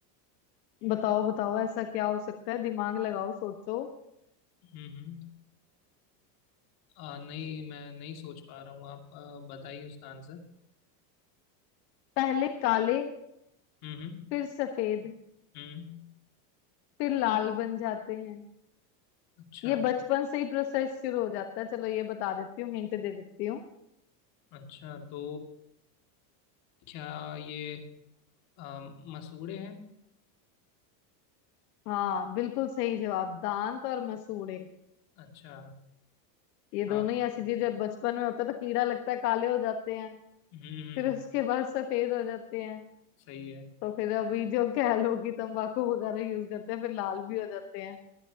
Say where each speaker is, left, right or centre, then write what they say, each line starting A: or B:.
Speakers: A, on the left (about 70°); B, on the left (about 45°).
A: <clears throat> बताओ बताओ ऐसा क्या हो सकता है दिमाग लगाओ सोचो
B: हम्म हम्म आ, नहीं मैं नहीं सोच पा रहा हूँ आप आ, बताइए उसका आंसर
A: पहले काले
B: हम्म हम्म
A: फिर सफेद
B: हम्म
A: फिर लाल बन जाते हैं
B: अच्छा
A: ये बचपन से ही प्रोसेस शुरू हो जाता है चलो ये बता देती हूँ हिंट दे देती हूँ
B: अच्छा तो क्या ये आ, मसूड़े हैं
A: हाँ बिल्कुल सही जवाब दांत और मसूड़े
B: अच्छा
A: ये दोनों
B: हाँ
A: ही ऐसी
B: हाँ,
A: चीज जब बचपन में होता है तो कीड़ा लगता है काले हो जाते हैं
B: हम्म हम्म
A: फिर उसके बाद सफेद हो जाते हैं
B: सही है
A: तो फिर अभी जो क्या लोग ही तंबाकू वगैरह यूज करते हैं फिर लाल भी हो जाते हैं